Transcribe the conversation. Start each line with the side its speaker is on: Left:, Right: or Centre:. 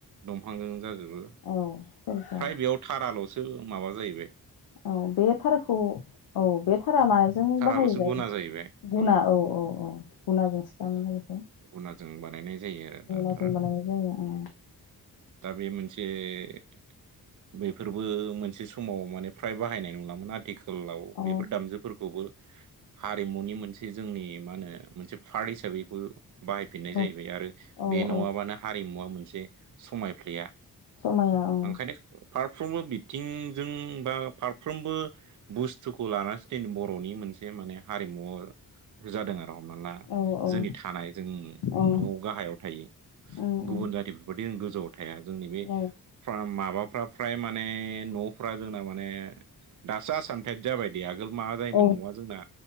Right: दंफांजों जाजोबो
Left: औ सेरजा
Right: फ्राय बेयाव थाराल'सो माबा जाहैबाय।
Left: औ बे थारखौ औ बे था रा माजों
Right: थाराल'सो
Left: बाहायो जायो
Right: गुना जाहैबाय
Left: गुना
Right: उम
Left: औ औ औ गुनाजोंसो बानायो।
Right: गुउनाजों बानायनाय जायो आरो दा
Left: गुनाजों
Right: थारखौ
Left: बानायनाय जायो औ
Right: दा बे मोनसे बे बेफोरबो मोनसे समाव माने फ्राय बाहायनाय नंलामोन आथिखालाव
Left: औ
Right: बेफोर दामजुफोरखौबो हारिमुनि मोनसे जोंनि मा होनो मोनसे पार्ट हिसाबैबो बाहायफिननाय
Left: औ
Right: जाहैबाय आरो
Left: औ
Right: बे नङाबानो
Left: औ औ
Right: हारिमुवा मोनसे समायफ्लेया
Left: समाया औ
Right: ओंखायनो फारफ्रोमबो बिथिंजों बा फारफ्रोमबो बुस्थुखौ लानानैसो दिन बर'नि मोन मोनसे माने हारिमु जादों आरो हमना ला
Left: औ औ
Right: जोंनि थानाय जोंनि
Left: औ
Right: न' गाहायाव थायो।
Left: उम
Right: गुबुन
Left: उम
Right: जाथिफोरबायदि जों गोजौवाव थाया जोंनि बे
Left: औ
Right: माबाफ्रा फ्राय माने न'फ्रा जोंना माने दासो आसामथाइब जाबायदे आगोल माबा जायोमोन
Left: औ
Right: न'आ जोंना